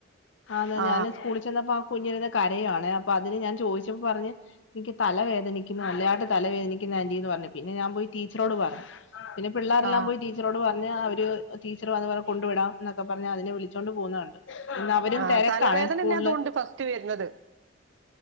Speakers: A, on the left (about 70°); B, on the right (about 70°).
A: ആന്
B: ആ
A: ഞാന് സ്കൂളി ചെന്ന് - പ്പ ആ കുഞ്ഞിരുന്ന് കരയുവാണ് അപ്പൊ അതിന് ഞാൻ ചോദിച്ചപ്പോ പറഞ്ഞ്- എനിക്ക് തല വേദനിക്കുന്നു നല്ലതായിട്ട് തല വേദനിക്കുന്നു ആന്റിന്ന് പറഞ്ഞു പിന്നെ ഞാൻ പോയി ടീച്ചറോട് പറഞ്ഞു പിന്നെ പിള്ളേരെല്ലാം
B: ആ
A: പോയി ടീച്ചറോട് പറഞ്ഞ് അവര്- ടീച്ചർ വന്ന് പറഞ് കൊണ്ടുവിടാം എന്നൊക്ക പറഞ്ഞ് അതിനെ വിളിച്ചൊണ്ട് പോകുന്ന കണ്ട് ഇന്ന് അവരും
B: ആ
A: തെരക്കാണേ
B: തലവേദന
A: സ്കൂളില്
B: തന്നെ അതുകൊണ്ട് ഫസ്റ്റ് വരുന്നത്